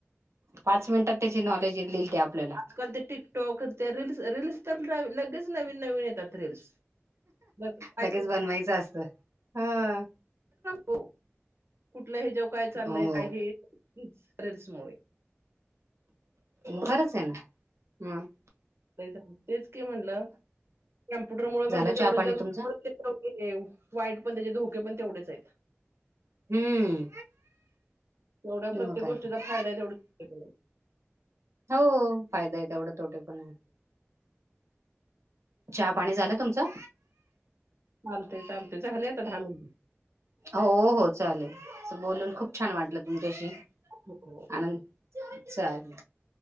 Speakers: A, on the right (about 85°); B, on the right (about 65°).
A: पाच मिनिटात त्याची नॉलेज लल ते आपल्याला
B: काल ते टिकटॉक त्या रीलल् रीलल्स ट्रा तर लगेच नवीन नवीन येतात रीलस ब काय
A: लगेच बनवायचं असतं. हा
B: प कुठलं हे जेव्हा काय चाललंय
A: हो
B: आहेस मु
A: बरंच आहे ना हम
B: तेच क म्हटलं कॅम्प्युटर मुळ म्हणलं
A: झाला
B: जेवढं
A: चहा पाणी
B: ज
A: तुमचा
B: तेवढ वाईट पण त्याचे धोके पण तेवढेच आहेत
A: हम्म
B: तेवढ्या
A: मग
B: प्रत्येक
A: काय
B: गोष्टीचा
A: तर
B: फायदा आहे तेवढा
A: हो फायदा य एवढं तोटे पण आहे चहा पाणी झालं तुमचं
B: चालतेय चालते झालं आता दहा मिनटं
A: हो हो चालेल बोलून खूप छान वाटलं तुमच्याशी
B: हो हो
A: आन चालेल